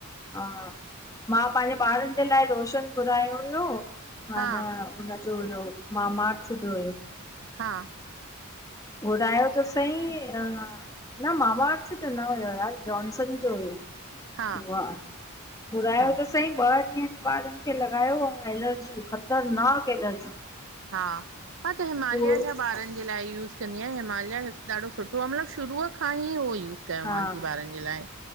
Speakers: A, on the left; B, on the right.
A: हा, मां पांजे ॿारन जे लाइ लोशन घुरायो हुयो, माना
B: हा
A: उनजो हुयो मामाच जो हुयो।
B: हा
A: घुरायो त सईं, न मावाच जो न हुयो यार। जॕानसन जो हुयो।
B: हा
A: घुरायो
B: हा
A: त सईं, ॿ ॾींहं ई ॿारन खे लॻायो अऊं एलर्जी ख़तरनाक एलर्जी।
B: हा, मां त हिमाल्या
A: पोइ
B: जा ॿारन जे लाइ यूस कंदीयां, हिमाल्या ॾाढो सुठो आ, मतलब शुरूअ खां ही उहो यूस कयो
A: हा
B: मान ती, ॿारन जे लाइ।